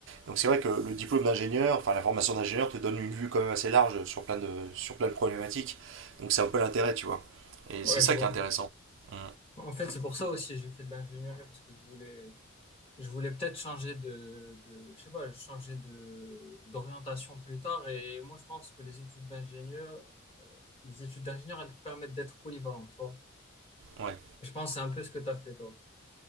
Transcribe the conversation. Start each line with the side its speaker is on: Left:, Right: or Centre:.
Right: Donc c'est vrai que le diplôme d'ingénieur, enfin la formation d'ingénieur te donne une vue quand même assez large sur plein de, sur plein de problématiques. Donc c'est un peu l'intérêt, tu vois. Et
Left: Ouais,
Right: c'est ça
Left: je vois.
Right: qui est intéressant. Mm.
Left: En fait, c'est pour ça aussi j'ai fait de l'ingénierie parce que je voulais, je voulais peut-être changer de, de, je sais pas, changer de, d'orientation plus tard. Et moi, je pense que les études d'ingénieur, euh, les études d'ingénieur, elles te permettent d'être polyvalent, tu vois.
Right: Ouais.
Left: Et je pense que c'est un peu ce que tu as fait, toi.